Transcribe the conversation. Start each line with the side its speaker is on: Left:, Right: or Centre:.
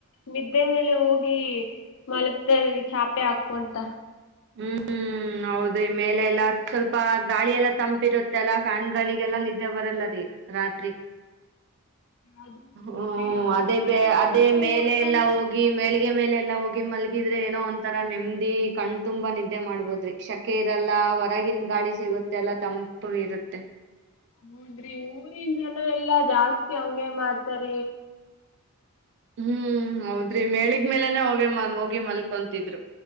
Left: ನಿದ್ದೆ ಮೇಲೆ ಹೋಗಿ ಮಲಗ್ತರ್ವಿ ಚಾಪೆ ಹಾಕೊಂತ
Right: ಹ್ಮ್ ಹ್ಮ್ ಹೌದೇ ಮೇಲೆ ಎಲ್ಲಾ ಸ್ವಲ್ಪ ಗಾಳಿ ಎಲ್ಲಾ ತಂಪಿರುತ್ತೆ ಅಲ್ಲ ಫ್ಯಾನ್ ಗಾಳಿಗೆಲ್ಲಾ ನಿದ್ದೆ ಬರಲ್ಲ ರೀ ರಾತ್ರಿ
Left: ಅದು
Right: ಹ್ಮ ಅದೇ
Left: ಹಂಗೆ
Right: ಅದೇ
Left: ಓಡ್ತಾ
Right: ಮೇಲೆ
Left: ಓಡ್ತಾನೆ
Right: ಎಲ್ಲಾ ಹೋಗಿ ಮೇಳಗೆ ಮೇಲೆ ಎಲ್ಲಾ ಹೋಗಿ ಮಲ್ಲಿಗೆ ಗಿದ್ರೆ ಏನೋ ಒಂತರಾ ನೆಮ್ಮದಿ ಕಣ ತುಂಬಾ ನಿದ್ದೆ ಮಾಡ್ಬೋದ್ರಿ ಶಕೆ ಇರಲ್ಲ ಹೊರಗನ್ ಗಾಳಿ ಸಿಗುತ್ತೆ ಎಲ್ಲಾ ತಂಪು ಇರುತ್ತೆ
Left: ಹೌದ್ರಿ ಊರಿನ್ ಜನ ಎಲ್ಲಾ ಜಾಸ್ತಿ ಹಂಗಗೆ ಮಾಡ್ತಾರ
Right: ಹ್ಮ್ ಹೌದ್ರಿ ಮೆಳಗ್ ಮೇಲೆನೆ ಹೋಗಿ ಮ ಹೋಗಿ ಮಲ್ಕೊಂತಿದ್ರು